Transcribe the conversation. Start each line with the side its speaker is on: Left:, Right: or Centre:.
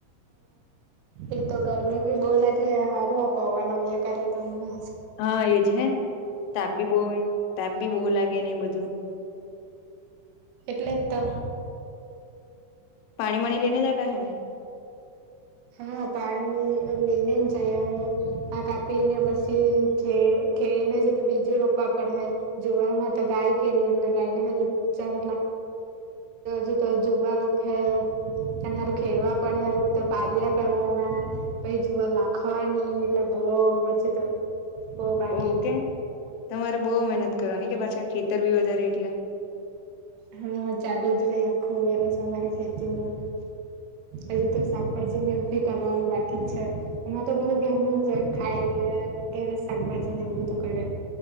Right: એ તો ગરમી ભી બહુ લાગે હારું આ પવન આવ્યા કરે તોન ને?
Left: હા, એજ હે તાપી બો તાપી બો લાગે ને એ બધું.
Right: એટલે જ તો.
Left: પાણી વાણી લઈને જતા હે ને?
Right: હા, પાણી લઈને જાય હવે આ કાપીને પછી <unintelligible> જો તો બીજું રોપવા પડશે જુવરમાં તો ગાય કેની એટલે ગાયને ચારો મતલ <unintelligible> જુવાર રોપ્હે એના હારુ ખેડવા પડે ત પાર્યા કરવાના પછી જુવાર લાખવાની એટલે બો પછી તો હ બાકી
Left: બઉ કે તમારે બહુ મહેનત કરવાની કે પાછા ખેતર બી વધારે એટલે
Right: હા ચાલુ જ રહી આખું વર સરે ખેતીું હજ તો શાકભાજી ને ઊભી કરવાનું બાકી જ છે એમાં તો બધું ઘરનું જ ખાય એટલે ગેરે સાક ભાજી ને એવું બધું કરરે